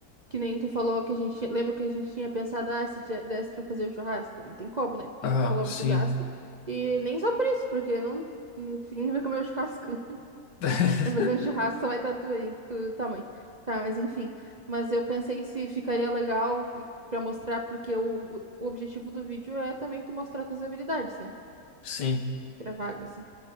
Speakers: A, on the right; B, on the left.
A: Que nem tu falou que a gente, lembra que a gente tinha pensado, ah, se dia- desse pra fazer o churrasco, daí não tem como, né? Porque
B: aham,
A: nem tu falou é
B: sim,
A: muito gasto. E nem só por isso, porque não, ninguém vai comer o churrasco, né?
B: <laughs>
A: Vai fazer um churrasco, só vai estar tu aí, do tamanho. Tá, mas enfim. Mas eu pensei se ficaria legal pra mostrar, porque o, o objetivo do vídeo é também tu mostrar tuas habilidades, né?
B: sim,
A: Pra vaga, assim.